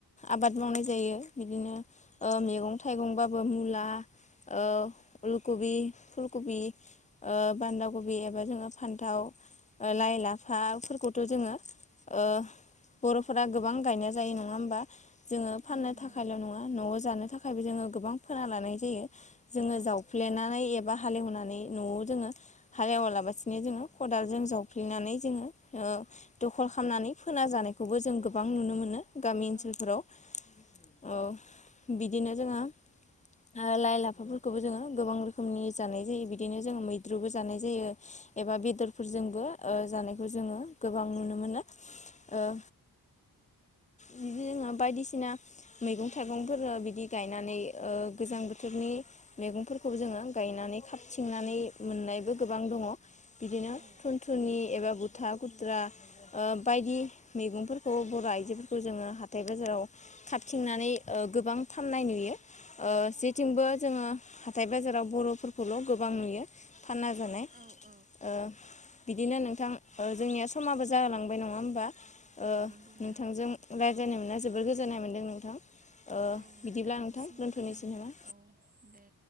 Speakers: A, on the left; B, on the right.
A: आबाद मावनाय जायो बिदिनो ओ मेगं-थाइगंबाबो मुला ओ उलकुबि, फुलकुबि ओ बान्दा कबि एबा जोङो फान्थाव ओ लाइ-लाफाफोरखौथ' जोङो ओ बर'फोरा गोबां गायनाय जायो नङा होमबा जोङो
B: औ
A: फाननो
B: नंगौ
A: थाखायल' नङा न'आव जानो थाखायबो जोङो गोबां फोना लानाय जायो जोङो
B: औ
A: जावफ्लेनानै एबा हालेवनानै न'आव जोङो हाले एवालाबासिनो जोङो खदालजों जावफ्लेनानै जोङो ओ दख'ल खामनानै फोना जानायखौबो जों गोबां नुनो मोनो गामि ओनसोलफोराव
B: औ
A: ओ बिदिनो जोङो ओ लाइ-लाफाफोरखौबो जोङो गोबां रोखोमनि जानाय जायो बिदिनो जोङो मैद्रुबो जानाय जायो एबा बेदरफोरजोंबो ओ जानायखौ जोङो गोबां नुनो मोनो ओ बिदि जोङो बायदिसिना मैगं-थाइगंफोर बिदि गायनानै ओ गोजां बोथोरनि मैगंफोरखौबो जोङो गायनानै खाबथिंनानै मोननायबो गोबां दङ' बिदिनो
B: औ
A: थुनथुनि एबा गुथा गुद्रा ओ बायदि मैगंफोरखौ बर' आइजोफोरखौ जोङो हाथाइ बाजाराव खाबथिंनानै ओ गोबां फाननाय नुयो ओ जेथिंबो जोङो हाथाय-बाजाराव बर'फोरखौल' गोबां नुयो फानना जानाय
B: औ औ
A: ओ बिदिनो नोंथां ओ जोंनिया समाबो जाहोलांबाय नङा होमबा ओ
B: औ नंगौ नोंथां
A: नोंथांजों रायज्लायनो मोनना जोबोद गोजोननाय मोन्दों नोंथां ओ
B: औ नोंथांनिसिमबो
A: बिदिब्ला नोंथां दोनथ'निसै
B: गोजोननाय
A: नामा
B: थाबाय औ दे।